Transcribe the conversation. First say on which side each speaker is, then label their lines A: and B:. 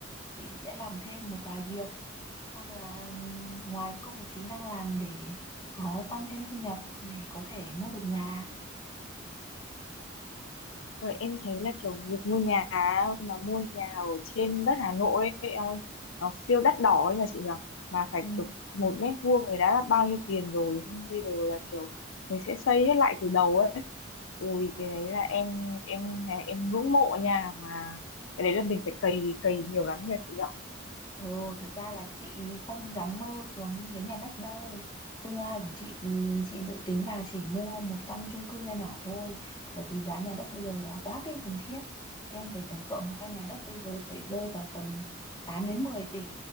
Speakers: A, on the left; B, on the left.
A: chị sẽ làm thêm một vài việc Xong là ngoài công việc chính đang làm để có tăng thêm thu nhập để có thể mua được nhà.
B: Rồi em thấy là kiểu việc mua nhà á, mà mua nhà ở trên đất Hà Nội ấy, em ơi, nó siêu đắt đỏ ấy nhờ chị nhở mà phải
A: Ừ.
B: kiểu một mét vuông này đã bao nhiêu tiền rồi xong bây giờ là kiểu mình sẽ xây hết lại từ đầu ấy ui cái đấy là em em là em ngưỡng mộ nhà mà cái đấy là mình phải cày cày nhiều lắm nhờ chị nhở
A: Ồ, thật ra là chị không dám mơ xuống đến nhà đất đâu. Tương lai của chị thì chị dự tính là chỉ mua một căn chung cư nho nhỏ thôi, bởi vì giá nhà đất bây giờ là quá kinh khủng khiếp. Em phải tưởng tượng một căn nhà đất bây giờ phải rơi vào tầm 8 đến 10 tỷ.